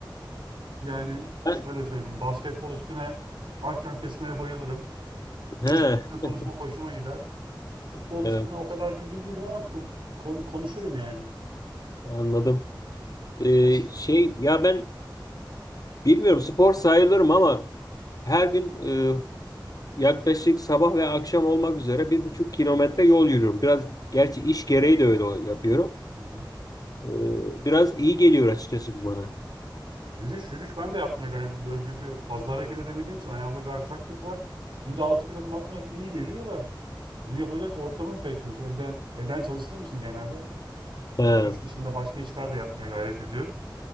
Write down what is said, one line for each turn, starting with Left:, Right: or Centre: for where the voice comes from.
Right: Yani
Left: Ben-
Right: şöyle söyleyeyim. Basketbol üstüne ahkam kesmeye bayılırım.
Left: He,
Right: Tenis üstüne konuşma hoşuma gider. futbol üstüne
Left: evet,
Right: o kadar bilgili değilim ama ko- konuşurum yani.
Left: anladım. Ee,
Right: Peki.
Left: şey ya ben bilmiyorum spor sayılırım ama her gün e, yaklaşık sabah ve akşam olmak üzere bir buçuk kilometre yol yürüyorum. Biraz gerçi iş gereği de öyle yapıyorum.
Right: Hı hı.
Left: Ee, biraz iyi geliyor açıkçası bu bana.
Right: Yürüyüş yürüyüş ben de yapmaya gayret ediyorum çünkü fazla hareket edemediğim için ayağımda bir aksaklık var. Günde 6000 adım atmak iyi geliyor da bunu yapacak ortamım pek yok. Evden evden çalıştığım için genelde ya
Left: Ha,
Right: bu iş dışında başka işler de yapmaya gayret ediyorum.